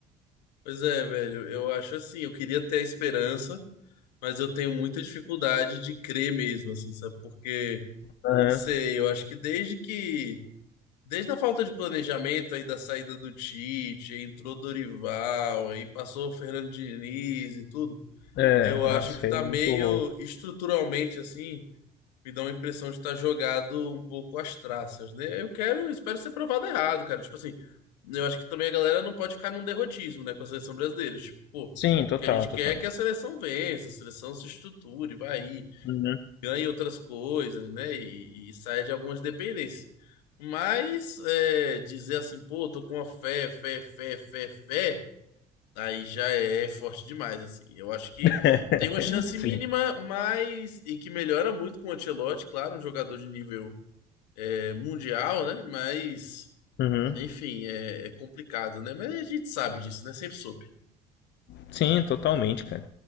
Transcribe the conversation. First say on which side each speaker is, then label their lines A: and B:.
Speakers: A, on the left (about 85°); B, on the left (about 60°).
A: Pois é, velho, eu acho assim, eu queria ter a esperança, mas eu tenho muita dificuldade de crer mesmo, assim, sabe? Porque.
B: Aham.
A: Não sei, eu acho que desde que. Desde a falta de planejamento aí da saída do Tite, aí entrou Dorival, aí passou o Fernando Diniz e tudo,
B: é
A: eu acho
B: nossa
A: que
B: foi
A: tá
B: muito
A: meio
B: horror
A: estruturalmente assim, me dá uma impressão de estar jogado um pouco às traças, né? Eu quero, espero ser provado errado, cara. Tipo assim, eu acho que também a galera não pode ficar num derrotismo, né, com a seleção brasileira. Tipo, pô, o
B: sim total
A: que a gente
B: total
A: quer é que a seleção vença, a seleção se estruture, vai aí
B: Uhum.
A: ganha outras coisas, né? E, e sai de algumas dependências. Mas é, dizer assim, pô, tô com uma fé, fé, fé, fé, fé, aí já é forte demais, assim. Eu acho que
B: <laughs>
A: tem uma chance
B: sim
A: mínima, mas e que melhora muito com o Ancelotti, claro, um jogador de nível é, mundial, né? Mas
B: Uhum.
A: enfim, é, é complicado, né? Mas a gente sabe disso, né? Sempre soube.
B: Sim, totalmente, cara.